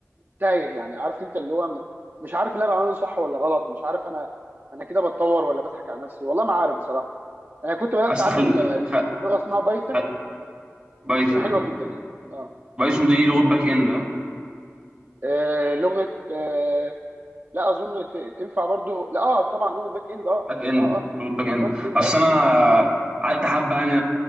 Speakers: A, on the right; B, on the right.
A: تايه يعني عارف انت اللي هو م- مش عارف اللي انا بعمله صح ولا غلط مش عارف انا انا كده بتطور ولا بضحك على نفسي والله ما عارف بصراحه انا كنت بدات
B: اصل
A: اتعلم
B: خل...
A: آه،
B: خ...
A: لغه اسمها بايثون
B: خ... بايثون
A: هي حلوه
B: آه.
A: جدا يعني اه
B: بايثون دي لغه باك اند
A: آه، لغه آه، لا اظن ت- تنفع برضو لا اه طبعا لغه باك اند اه
B: باك اند
A: اه اه
B: لغه باك
A: مش
B: اند
A: فرونت اند
B: اصل
A: اه
B: انا قعدت حبه يعني